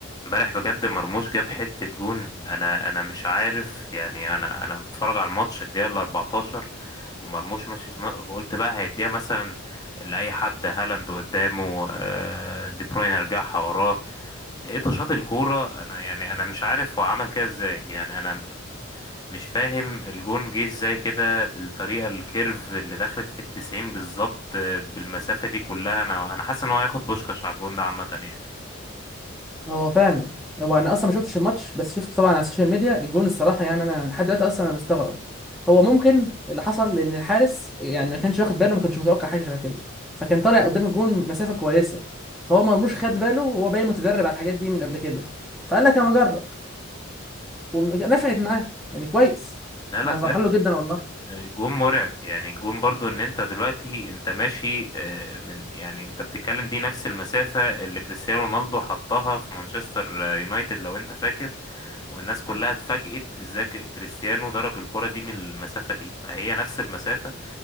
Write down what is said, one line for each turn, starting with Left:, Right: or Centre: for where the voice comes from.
Left: امبارح بجد مرموش جاب حتة جون انا انا مش عارف يعني انا انا بتفرج على الماتش الدقيقة ال 14 ومرموش ماشي في م... قلت بقى هيديها مثلا لأي حد هالاند قدامه آه، دي بروين رجعها وراه لقيته شاط الكورة انا يعني انا مش عارف هو عمل كده ازاي يعني انا مش فاهم الجون جه ازاي كده بالطريقة الكيرف اللي دخلت في التسعين بالظبط آه، بالمسافة دي كلها انا انا حاسس ان هو هياخد بوشكاش على الجون ده عامة يعني
Centre: هو فعلا هو انا اصلا ما شفتش الماتش بس شفت طبعا على السوشيال ميديا الجون الصراحه يعني انا لحد دلوقتي اصلا انا مستغرب هو ممكن اللي حصل ان الحارس يعني ما كانش واخد باله ما كانش متوقع حاجه شبه كده فكان طالع قدام الجون مسافه كويسه فهو مرموش خد باله وهو باين متدرب على الحاجات دي من قبل كده فقال لك انا اجرب ونفعت معاه يعني كويس
Left: لا لا
Centre: انا
Left: بجد
Centre: فرحان له جدا والله
Left: جون مرعب يعني جون برضو ان انت دلوقتي انت ماشي آه، من يعني انت بتتكلم دي نفس المسافة اللي كريستيانو رونالدو حطها في مانشستر آه، يونايتد لو انت فاكر والناس كلها اتفاجئت ازاي ك- كريستيانو ضرب الكرة دي من المسافة دي فهي نفس المسافة